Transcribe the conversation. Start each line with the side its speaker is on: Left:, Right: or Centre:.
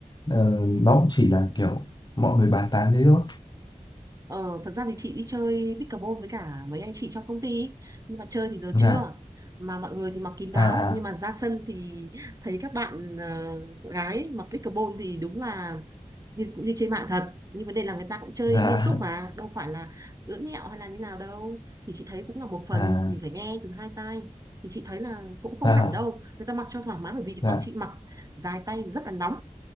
Left: ờ, nó cũng chỉ là kiểu mọi người bàn tán thế thôi
Right: Ờ, thật ra thì chị đi chơi pickleball với cả mấy anh chị trong công ty ý. nhưng mà chơi thì giờ
Left: dạ
Right: chưa mà mọi người thì mặc kín đáo
Left: à
Right: nhưng
Left: à,
Right: mà ra sân thì thấy các bạn ờ, gái mặc pickleball thì đúng là như, cũng như trên mạng thật nhưng vấn đề là người ta cũng chơi
Left: dạ
Right: nghiêm túc mà đâu phải là ưỡn nhẹo hay là như nào đâu thì chị thấy cũng là một phần
Left: à
Right: mình phải nghe từ hai tai thì chị thấy là cũng không
Left: dạ
Right: hẳn đâu người ta mặc cho thoải mái bởi vì
Left: dạ
Right: bọn chị mặc dài tay thì rất là nóng